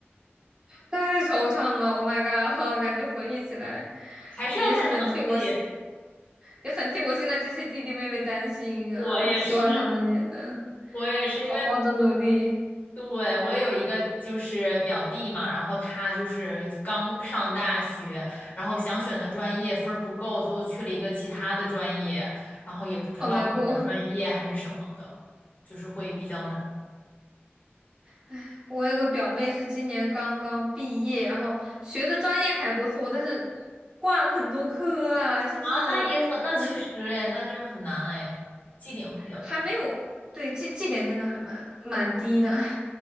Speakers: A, on the right (about 20°); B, on the left (about 45°).
A: 太惆怅了。Oh my god，<laughs> 感觉回忆起来
B: 还是要看成绩。
A: 也很替我。也很替我现在这些弟弟妹妹担心啊，
B: 我也是，
A: 希望他们也能
B: 我也是，
A: 好好的努力。
B: 因为对，我也有一个就是表弟嘛，然后他就是刚上大学，然后想选的专业分儿不够，最后去了一个其他的专业，然后也不知道转专业还是什么的，
A: 好难过，
B: 就是会比较难
A: <laughs> 我有个表妹是今年刚刚毕业，然后学的专业还不错，但是挂了很多科啊，就是可能
B: 啊。那也很，那确实哎，那真很难哎，绩点会比较低，
A: 还没有，对，绩绩点真的还蛮蛮低的，哎呀，